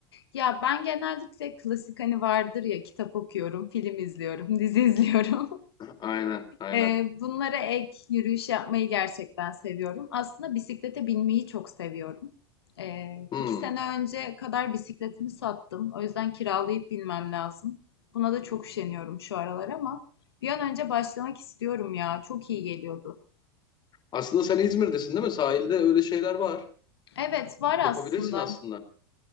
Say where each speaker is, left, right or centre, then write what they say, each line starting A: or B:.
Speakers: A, on the left (about 80°); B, on the left (about 35°).
A: Ya ben genellikle klasik hani vardır ya kitap okuyorum, film izliyorum, <laughs> dizi izliyorum.
B: Aynen, aynen.
A: Eee, bunlara ek yürüyüş yapmayı gerçekten seviyorum. Aslında bisiklete binmeyi çok seviyorum. Eee
B: Hmm.
A: iki sene önce kadar bisikletimi sattım. O yüzden kiralayıp binmem lazım. Buna da çok üşeniyorum şu aralar ama bir an önce başlamak istiyorum ya. Çok iyi geliyordu.
B: Aslında sen İzmir'desin değil mi? Sahilde öyle şeyler var.
A: Evet, var
B: Yapabilirsin
A: aslında.
B: aslında.